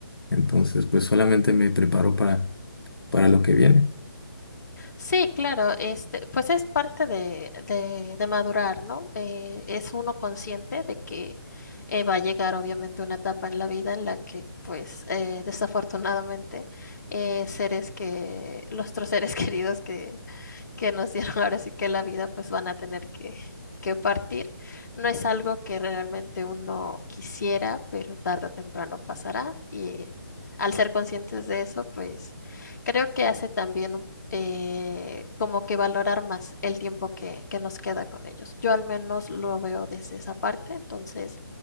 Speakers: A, on the left; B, on the left.
A: Entonces, pues solamente me preparo para, para lo que viene.
B: Sí, claro, este, pues es parte de, de, de madurar, ¿no? Eh, es uno consciente de que eh, va a llegar obviamente una etapa en la vida en la que, pues, eh, desafortunadamente, eh, seres que, nuestros seres <laughs> queridos que, que nos dieron <laughs> ahora sí que la vida, pues van a tener que, que partir. No es algo que realmente uno quisiera, pero tarde o temprano pasará y al ser conscientes de eso, pues creo que hace también un eh, como que valorar más el tiempo que, que nos queda con ellos. Yo al menos lo veo desde esa parte, entonces